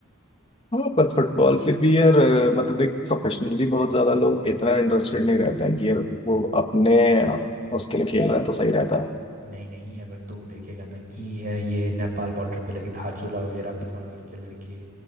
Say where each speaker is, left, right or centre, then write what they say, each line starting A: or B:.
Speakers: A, on the left (about 25°); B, on the right (about 40°).
A: हाँ पर फुटबॉल फिर भी यार अ, मतलब एक प्रोफेशनली बहुत ज्यादा लोग इतना इंटरेस्टेड नहीं रहते हैं कि यार वो अपने उसके लिए खेल रहा है तो सही रहता है
B: नहीं नहीं अगर तू देखेगा ना कि अ, ये नेपाल बॉर्डर पे लगे धारचूला वगैरह पिथौरागढ़ के लड़के